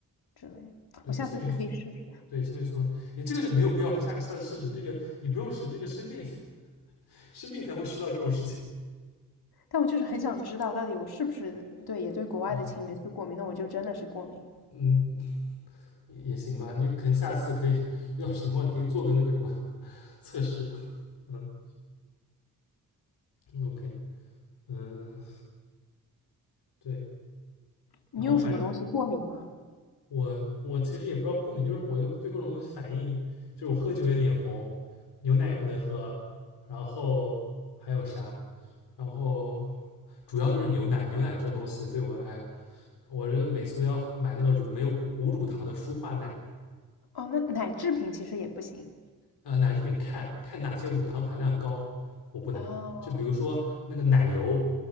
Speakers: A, on the left (about 70°); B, on the left (about 85°).
A: 之类，
B: 对，
A: 我下次可以试试。
B: 青霉素，对青霉素，你这个就没有必要是下个下次试试，这个你不用试，这个生病 <laughs> 生病才会试到这种事情。
A: 但我就是很想知道，到底我是不是对也对国外的青霉素过敏？
B: 嗯
A: 那我就真的是过敏。
B: 嗯，也也行吧，你可能下次可以遇到情况，你可以做个那个什么测试。嗯嗯，OK，嗯，对，
A: 你用什么东西过敏吗？
B: 然后反我我其实也不知道过敏，就是我就对各种东西反应，就是我喝酒也脸红，牛奶也不能喝，然后还有啥，然后主要就是牛奶，牛奶这东西对我哎我这每次都要买那个乳没有无乳糖的舒化奶，
A: 哦，那奶制品其实也不行。
B: 呃，奶制品看看哪些乳糖含量高，我不能。
A: 哦，
B: 就比如说那个奶油，